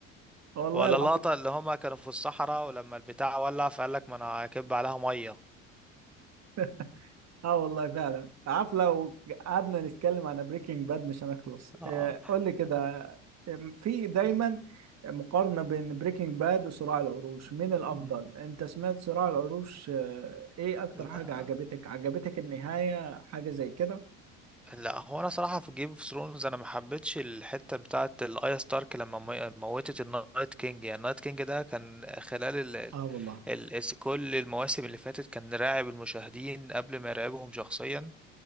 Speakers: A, on the right; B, in the centre.
A: والله
B: ولا
A: العظيم
B: اللقطة اللي هما كانوا في الصحراء ولما البتاع ولع فقال لك ما انا هكب عليها مية
A: <laughs> اه والله فعلا عارف لو قعدنا نتكلم عن بريكنج باد مش هنخلص
B: اه
A: آه، قول لي كده آه، في دايما مقارنة بين بريكنج باد وصراع العروش مين الأفضل؟
B: مم.
A: أنت سمعت صراع العروش آه، إيه أكتر
B: لا
A: حاجة عجبتك؟ عجبتك النهاية حاجة زي كده؟
B: لا هو انا صراحة في جيم اوف ثرونز انا ما حبيتش الحتة بتاعت الايا ستارك لما مي- موتت النايت كينج يعني النايت كينج ده كان خلال ال...
A: اه والله
B: ال... ال- كل المواسم اللي فاتت كان راعب المشاهدين قبل ما يراقبهم شخصيا